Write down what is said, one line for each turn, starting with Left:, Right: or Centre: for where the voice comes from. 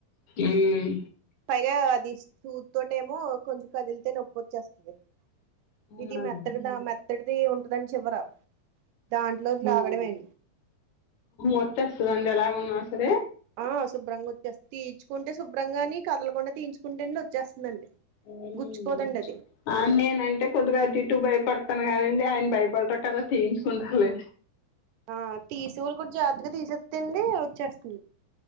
Left: ఊమ్
Right: పైగా అది స్ సూద్తోటేమో కొంచెం కదిలితే నొప్పోచ్చేస్తది
Left: అవునండి
Right: ఇది మెత్తడిదా మెత్త మెత్తడిది ఉంటుదని చివర దాంట్లోంచి లాగడంమే అండి
Left: వచ్చేస్తదా అండి అలా ఉన్ సరే
Right: ఆ శుభ్రంగా వచ్చే తీయిచుకుంటే శుభ్రంగాని కదల కుండా తీయించుకుంటే వచ్చేస్తుందండి.
Left: ఉమ్
Right: గుచ్చుకోదండి అది
Left: నేనంటే కొద్దిగా అటు ఇటు భయపడతాను కానీండి ఆయన భయపడరు కదా తీయించుకుంటారులే.
Right: ఆ తీసెవాళ్ళు కూడా జాత్తగా తీసేస్తే అండి వచ్చేస్త